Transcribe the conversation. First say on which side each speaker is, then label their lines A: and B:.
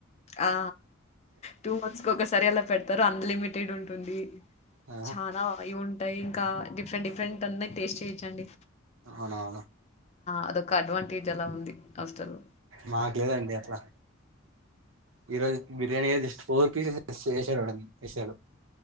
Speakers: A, on the left; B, on the right.
A: ఆ టూ మంత్స్ ఒకసారి అలా రంన్లిమిటెడ్ ఉంటుంది
B: ఆ,
A: చాన ఇవి ఉంటాయి ఇంకా డిఫరెంట్ డిఫరెంట్ అన్ని టేస్ట్ చేయిచండి
B: అవునవును
A: అదొక అడ్వాంటేజ్ అలా ఉంది హాస్టల్లో
B: మాక్లేదండి అట్లా ఈరోజు బిర్యానీ జస్ట్ ఫోర్ పీసెస్ చేేసారు న వేసడు